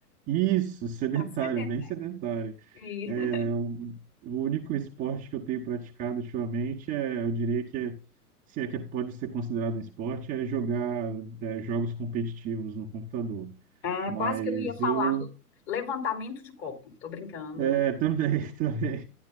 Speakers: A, on the right; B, on the left.
A: isso, <laughs> sedentário,
B: tá sedentário.
A: bem sedentário.
B: E-
A: É,
B: <laughs>
A: o, o único esporte que eu tenho praticado ultimamente é, eu diria que é, se é que pode ser considerado um esporte, é jogar é, jogos competitivos no computador.
B: Ah,
A: Mas
B: quase que eu ia falar
A: eu
B: levantamento de copo. Tô brincando.
A: É, também, <laughs> também.